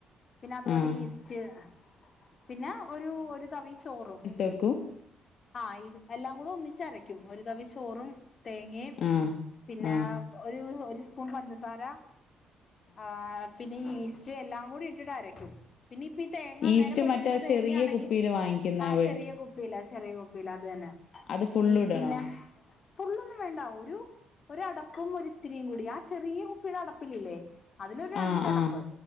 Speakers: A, on the left; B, on the left.
A: പിന്നെ അതുപോലെ
B: ആഹ്
A: ഈസ്റ്റ് പിന്നെ ഒരു ഒരു തവി ചോറും.
B: വെക്കും-
A: ആഹ് ഇത് എല്ലാം കൂടെ ഒന്നിച്ചരയ്ക്കും ഒരു തവി ചോറും തേങ്ങയും
B: ആഹ്
A: പിന്നെ
B: ആഹ്
A: ഒരു ഒരു സ്പൂൺ പഞ്ചസാര ആഹ് പിന്നെ ഈ ഈസ്റ്റ് എല്ലാം കൂടി ഇട്ടിട്ട് അരക്കും. പിന്നെ ഇപ്പ ഈ തേങ്ങ അന്നേരം
B: ഈസ്റ്റ്
A: പൊട്ടിക്കുന്ന
B: മറ്റേ ആ
A: തേങ്ങയാണെങ്കി
B: ചെറിയ കുപ്പിയില് വാങ്ങിക്കുന്ന
A: ആ
B: അവ്
A: ചെറിയ കുപ്പിയിലെ ചെറിയ കുപ്പിയിലെ അത് തന്നെ
B: അത് ഫുള്ള്
A: ഈ
B: ഇടണോ
A: പിന്നെ ഫുള്ളൊന്നും വേണ്ട ഒരു ഒരടപ്പും ഒരിത്തിരിയും കൂടി ആഹ് ചെറിയ കുപ്പിയുടെ അടപ്പിലില്ലേ? അതിലൊരു രണ്ടടപ്പ്
B: ആഹ് ആഹ്